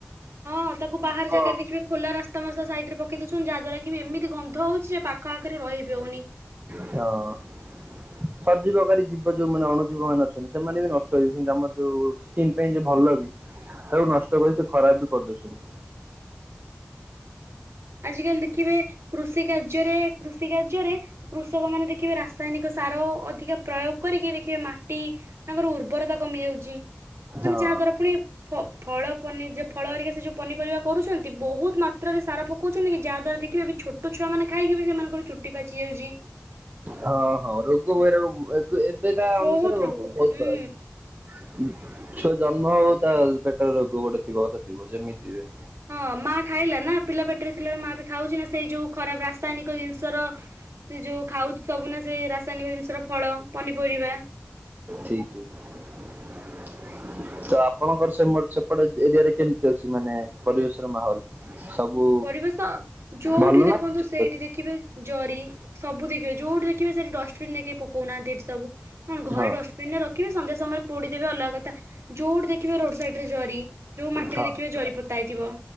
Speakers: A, on the right; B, on the right.
A: ହଁ ତାକୁ ବାହାର
B: ହଁ।
A: ଜାଗାରେ ଦେଖିବେ। ଖୋଲା ରାସ୍ତା ମାସ୍ତା ସାଇଡ଼୍ରେ ପକେଇ ଦେଉଛନ୍ତି ଯାହାଦ୍ୱାରା କି ବି ଏମିତି ଗନ୍ଧଉଛି ଯେ ପାଖ ଆଖରେ ରହି ହେଉନି।
B: ହଁ। ସଜୀବକାରୀ ଜୀବ ଯୋଉ ମାନେ ଅନୁଜୀବ ମାନେ ଅଛନ୍ତି ସେମାନେ ବି ନଷ୍ଟ ହେଇଯାଉଛନ୍ତି ଆମର ଯୋଉ ସ୍କିନ୍ ପାଇଁ ଯିଏ ଭଲ ବି ତାକୁ ନଷ୍ଟ କରି ସେ ଖରାପ ବି କରିଦେଉଛନ୍ତି।
A: ଆଜ କାଲି ଦେଖିବେ କୃଷି କାର୍ଯ୍ୟରେ କୃଷି କାର୍ଯ୍ୟରେ। କୃଷକ ମାନେ ଦେଖିବେ ରାସାୟନିକ ସାର ଅଧିକା ପ୍ରୟୋଗ କରିକି ଦେଖିବେ ମାଟି। ମାଟି ତାଙ୍କର ଉର୍ବରତା କମି ଯାଉଛି ମାନେ
B: ହଁ
A: ଯାହା ଦ୍ଵାରା ଫୁଣି। ଫଳ ପନି ଫଳ ହେରିକା ସେ ଯୋଉ ପନିପରିବା କରୁଛନ୍ତି ବହୁତ ମାତ୍ରାରେ ସାର। ପକୋଉଛନ୍ତି ଯାହା ଦ୍ଵାରା ଦେଖିବେ ଏ ଛୋଟ ଛୁଆ ମାନେ ଖାଇକି ବି ସେମାନଙ୍କର ଚୁଟି ପାଚି ଯାଉଛି।
B: ହଁ ହଁ ରୋଗ ବୈରାଗ ଏବେକା ଅନୁସାରେ
A: ବହୁତ
B: ରୋଗ ବହୁତ
A: ହୁଁ
B: ବାହାରୁଚି। ଛୁଆ ଜନ୍ମ ହଉ ତା ପେଟ ରୋଗ ଗୋଟେ ଥିବ କଥା ଥିବ ଯେମିତି ଥିବେ।
A: ହଁ ମା ଖାଇଲା ନା ପିଲା ପେଟରେ ଥିଲାବେଳେ ମା ବି ଖାଉଛି ନା ସେଇ ଯୋଉ ଖରାପ ରାସାୟନିକ ଜିନିଷର। ସେ ଯଉ ଖାଉ ସବୁନା ସେ ରାସାୟନିକ ଜିନିଷର ଫଳ ପନିପରିବା।
B: ଠିକ୍ ଠିକ୍। ତ ଆପଣଙ୍କର ସେ ସେପଟେ ଏରିଆ ରେ କେମିତି ଅଛି ମାନେ ପରିବେଶର ମାହୋଲ। ସବୁ
A: ପରିବେଶ ଯୋଉଠି
B: ଭଲ
A: ଦେଖନ୍ତୁ
B: ନା ଠିକ
A: ସେଇଠି
B: ଅଛି?
A: ଦେଖିବେ ଜରି। ସବୁ ଦେଖିବେ ଯଉଠି ଦେଖିବ ସେଠି ଡଷ୍ଟବିନ ରେ କେ ପକଉନାହାନ୍ତି ଏଠି ସବୁ କଣ ଘରେ
B: ହଁ
A: ଡଷ୍ଟବିନ ରେ ରଖି। ଦେଖିବେ ସନ୍ଧ୍ୟା ସମୟରେ ପୋଡି ଦେବେ ଅଲଗା କଥା ଯୋଉଠି ଦେଖିବେ ରୋଡ ସାଇଡ ରେ ଜରି ଯୋଉ ମାଟିରେ
B: ହଁ
A: ଦେଖେ ଜରି ପୋତା। ପୋତାହେଇଥିବ